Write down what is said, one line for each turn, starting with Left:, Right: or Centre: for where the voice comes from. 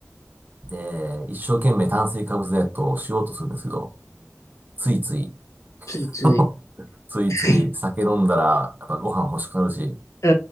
Right: で、一生懸命炭水化物ダイエットをしようとするんですけど、ついつい、
Left: ついつい。
Right: <laughs> ついつい酒飲んだら、
Left: はい。
Right: やっぱご飯欲しくなるし、
Left: う